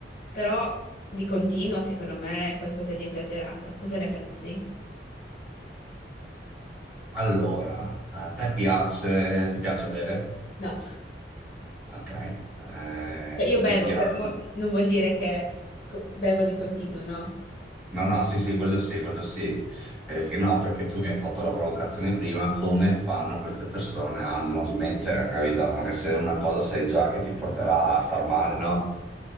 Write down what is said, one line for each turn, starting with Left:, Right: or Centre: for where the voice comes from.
Left: Però di continuo, secondo me, è qualcosa di esagerato. Cosa ne pensi?
Centre: Allora, a te piace, ti piace bere?
Left: No,
Centre: Ok. Eh,
Left: Cioè, io bevo,
Centre: ti piace?
Left: però non vuol dire che co- bevo di continuo, no?
Centre: No, no, sì, sì, quello sì, quello sì. Eh, che no, perché tu mi hai fatto la provocazione prima, come fanno queste persone a non smettere, capito? Anche se una cosa sai già che ti porterà a star male, no?